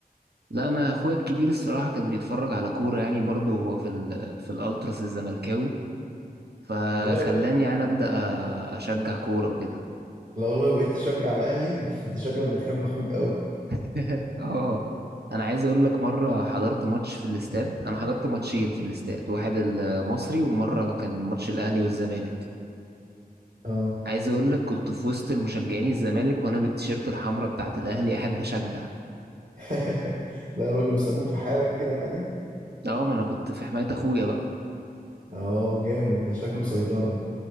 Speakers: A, on the right; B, on the right.
A: لا انا اخويا الكبير الصراحة كان بيتفرج على كورة يعني برضه هو في ال في الالتراس الزملكاوي فخلاني
B: لا
A: يعني ابدا أ- اشجع كورة وكده
B: لو لو بقيت تشجع الاهلي <laughs> انت شكلك بتحب اخوك قوي
A: <laughs> اه انا عايز اقول لك مرة حضرت ماتش في الاستاد انا حضرت ماتشين في الاستاد واحد المصري ومرة كان ماتش الاهلي والزمالك
B: اه
A: عايز اقول لك كنت في وسط المشجعين الزمالك وانا بالتيشيرت الحمراء بتاعت الاهلي قاعد بشجع
B: <laughs> لا يا راجل وسابوك في حالك كده عادي
A: اه ما انا كنت في حماية اخويا بقى
B: اه جامد ده شكله سيطرة